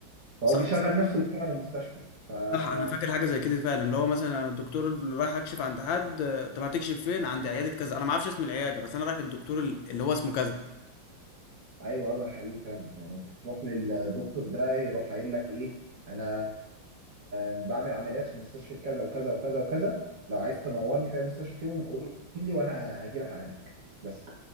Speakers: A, on the right; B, on the left.
A: فهو
B: صح
A: بيشغل
B: صح
A: نفسه ويشغل المستشفى فا
B: صح انا فاكر حاجه زي كده فعلا اللي هو مثلا انا الدكتور اللي رايح اكشف عند حد آه، طب هتكشف فين عند عياده كذا انا ما اعرفش اسم العياده بس انا رايح للدكتور اللي هو اسمه كذا
A: ايوه ده حقيقي فعلا يعني انت تروح للدكتور ده يروح قايل لك ايه انا بعمل عمليات في مستشفى كذا وكذا وكذا وكذا لو عايز تنورني في اي مستشفى فيهم قول لي وانا هاجي لك على هناك بس